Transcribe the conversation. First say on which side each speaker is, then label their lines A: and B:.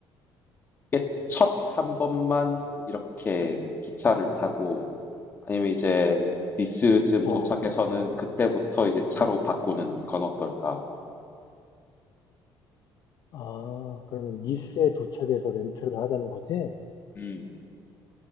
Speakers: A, on the left; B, on the left.
A: 이게 첫 한 번만 이렇게 기차를 타고 아니면 이제 니스쯤
B: 어.
A: 도착해서는 그때부터 이제 차로 바꾸는 건 어떨까?
B: 아, 그러면 니스에
A: 음.
B: 도착해서 렌트를 하자는 거지?
A: 음.